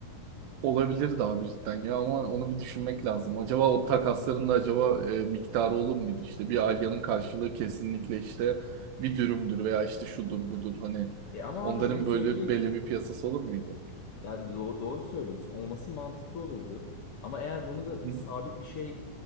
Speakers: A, on the right (about 80°); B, on the left (about 80°).
A: Olabilirdi abi cidden ya ama onu bir düşünmek lazım. Acaba o takasların da acaba e, miktarı olur muydu? İşte bir Alya'nın karşılığı kesinlikle işte bir dürümdür veya işte şudur budur hani
B: E ama
A: onların
B: abi bunu söyleyecek
A: böyle belli bir piyasası olur muydu?
B: Ya do- doğru söylüyorsun. Olması mantıklı olurdu. Ama eğer bunu da
A: Hı hı.
B: bir sabit bir şeye